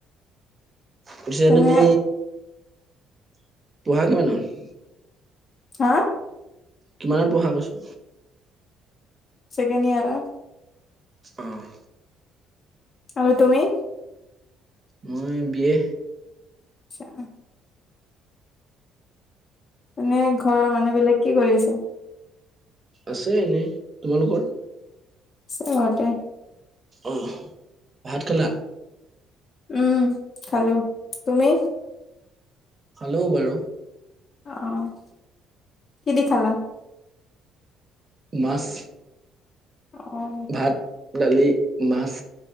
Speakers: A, on the right; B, on the left.
A: পিছে
B: তেনে
A: তুমি <unintelligible>
B: হা
A: কিমানত পঢ়া কৈছোঁ?
B: চেকেণ্ড ইয়েৰৰ।
A: অ'।
B: আৰু তুমি?
A: মই বি য়ে
B: আচছা। এনে ঘৰৰ মানুহ বিলাক কি কৰি আছে?
A: আছে এনেই, তোমালোকৰ?
B: <unintelligible>
A: অ', ভাত খালা?
B: উম, খালোঁ। তুমি?
A: খালোঁ বাৰু।
B: অ', কি দি খালা?
A: মাছ।
B: অ'।
A: ভাত, দালি, মাছ।